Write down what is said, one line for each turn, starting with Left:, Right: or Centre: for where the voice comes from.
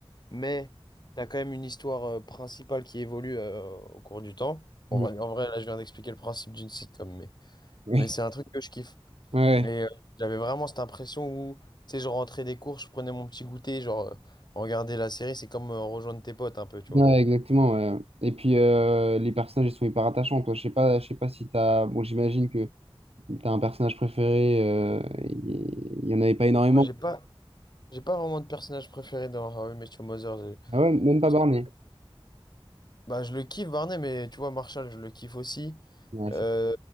Left: Mais t'as quand même une histoire euh, principale qui évolue euh, au cours du temps. En
Right: Mhm.
Left: vrai, en vrai, là, je viens d'expliquer le principe d'une sitcom, mais.
Right: <laughs> Oui.
Left: Mais c'est un truc que je kiffe.
Right: Ouais.
Left: Et
Right: Ouais,
Left: euh, j'avais vraiment cette impression où, tu sais, je rentrais des cours, je prenais mon petit goûter, genre, euh, regarder la série, c'est comme euh, rejoindre tes potes un peu, tu vois.
Right: Ouais, exactement. ouais. Et puis, euh, les personnages, ils sont hyper attachants. Toi, je sais pas, je sais pas si t'as... Bon, j'imagine que t'as un personnage préféré. euh, Il il y, en avait pas énormément.
Left: Moi, j'ai pas, j'ai pas vraiment de personnage préféré dans How I Met Your Mother. j'ai-
Right: Ah ouais, même
Left: parce
Right: pas Barney.
Left: que- Bah, je le kiffe, Barney, mais tu vois, Marshall, je le kiffe aussi.
Right: Ouais,
Left: Euh,
Right: c'est-